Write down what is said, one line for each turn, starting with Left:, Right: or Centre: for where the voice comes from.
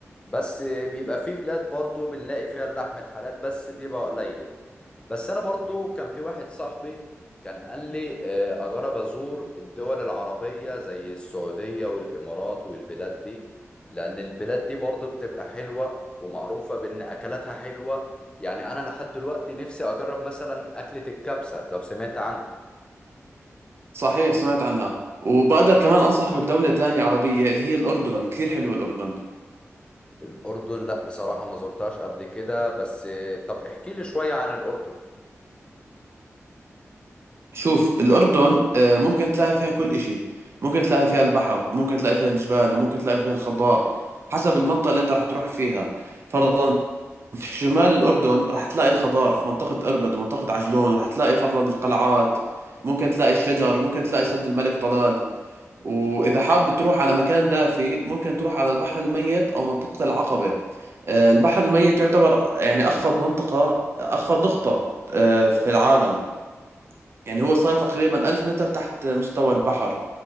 Left: بس بيبقى في بلاد برضو بنلاقي فيها اللحم الحلال بس بيبقى قليل بس انا برضو كان في واحد صاحبي كان قال لي آه، اجرب ازور الدول العربية زي السعودية والامارات والبلاد دي لان البلاد دي برضو بتبقى حلوة ومعروفة بان اكلاتها حلوة يعني انا لحد دلوقتي نفسي اجرب مثلا اكلة الكبسة لو سمعت عنها
Right: صحيح سمعت عنها وبقدر كمان أنصحك بدولة تانية عربية اللي هي الأردن كثير حلوة الأردن
Left: الاردن لا بصراحة ما زرتهاش قبل كده بس آه، طب احكي لي شوية عن الاردن
Right: شوف الأردن آه، ممكن تلاقي فيها كل إشي ممكن تلاقي فيها البحر وممكن تلاقي فيها الجبال وممكن تلاقي فيها الخضار حسب المنطقة اللي أنت راح تروح فيها فرضا في شمال الأردن راح تلاقي الخضار في منطقة أربد ومنطقة عجلون وراح تلاقي فرضا القلعات ممكن تلاقي الشجر وممكن تلاقي سد الملك طلال وإذا حاب تروح على مكان دافي ممكن تروح على البحر الميت أو منطقة العقبة آه، البحر الميت يعتبر يعني أخفض منطقة أخفض نقطة آه، في العالم يعني هو صار تقريبا ألف متر تحت مستوى البحر